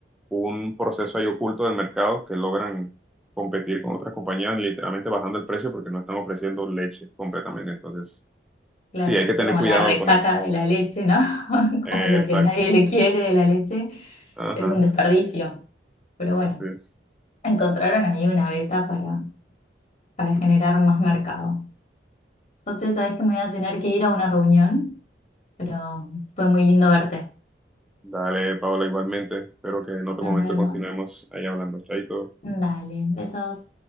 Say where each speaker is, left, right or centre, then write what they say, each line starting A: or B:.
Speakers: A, in the centre; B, on the left (about 40°).
A: un proceso ahí oculto del mercado que logran competir con otras compañías, literalmente bajando el precio porque no están ofreciendo leche completamente. Entonces,
B: claro,
A: sí, hay
B: parece
A: que tener
B: como
A: cuidado
B: la resaca
A: con eso.
B: de la leche, ¿no? <laughs>
A: Exacto.
B: Como lo que a nadie le quiere de la leche,
A: Ajá,
B: es un desperdicio, pero bueno.
A: así es.
B: Encontraron ahí una beta para, para generar más mercado. Entonces sabes que me voy a tener que ir a una reunión, pero fue muy lindo verte.
A: Dale, Paola, igualmente. Espero que en otro
B: Nos
A: momento
B: vemos.
A: continuemos ahí hablando. Chaito.
B: Dale, besos.